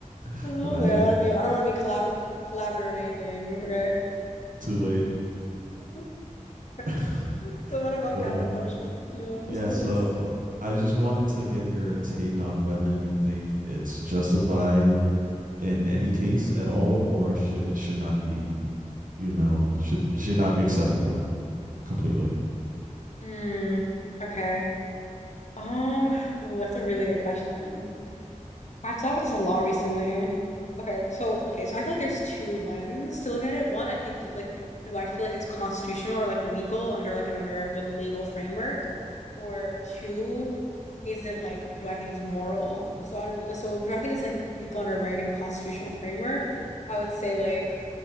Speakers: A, on the right; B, on the left.
A: <laughs>
B: I was
A: Imagine.
B: like, I don't want to be, I don't want to be collabor collaborator in anything. Okay.
A: Too late.
B: <laughs> Okay.
A: <laughs>
B: So what about
A: But
B: capital
A: um
B: punishment? Do you want
A: yeah,
B: to discuss?
A: so I just wanted to get your take on whether you think it's justified in any case at all or should it should not be, you know, should it should not be acceptable completely.
B: Hmm. Okay. Um. Ooh, that's a really good question. I've thought about this a lot recently. Okay, so okay, so I feel like there's two lens to look at it. One, I think do like do I feel like it's constitutional or like legal under like an American legal framework? Or two, is it like do I think it's moral? So I don't so do I think it's like legal under American constitutional framework? I would say like